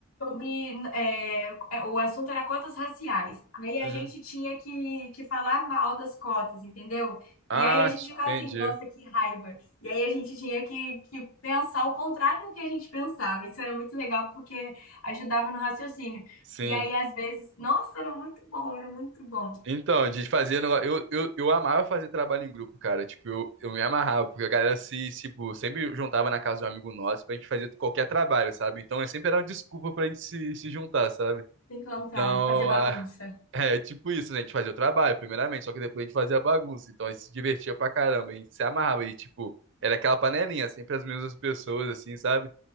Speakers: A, on the left (about 85°); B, on the right (about 60°).
A: sobre é, é, o assunto era cotas raciais. Aí a
B: Uhum.
A: gente tinha que, que falar mal das cotas, entendeu?
B: Ah,
A: E aí a gente
B: te-
A: ficava
B: entendi.
A: assim, nossa, que raiva. E aí a gente tinha que, que pensar o contrário do que a gente pensava. Isso era muito legal porque ajudava no raciocínio.
B: Sim.
A: E aí, às vezes, nossa, era muito bom, era muito bom se
B: Então, de fazer negócio. Eu, eu, eu amava fazer trabalho em grupo, cara. Tipo, eu, eu me amarrava, porque a galera se, se, tipo, sempre juntava na casa de um amigo nosso pra gente fazer qualquer trabalho, sabe? Então, é sempre era uma desculpa pra gente se, se juntar, sabe?
A: encontrar,
B: Então,
A: fazer bagunça.
B: a- <laughs> é tipo isso, né? A gente fazia o trabalho, primeiramente, só que depois a gente fazia a bagunça. Então, a gente se divertia pra caramba, a gente se amarrava e, tipo, era aquela panelinha, sempre as mesmas pessoas, assim, sabe?